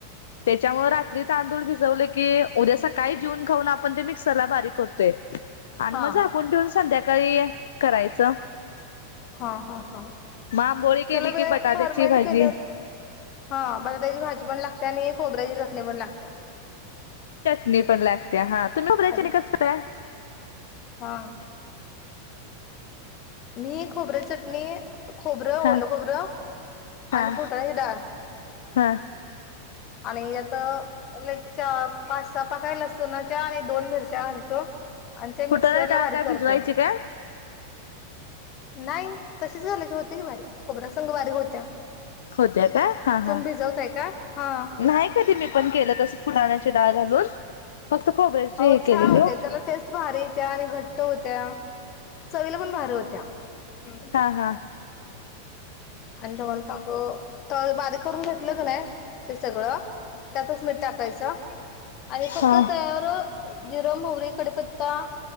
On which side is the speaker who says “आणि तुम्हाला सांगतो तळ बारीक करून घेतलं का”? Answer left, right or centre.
Left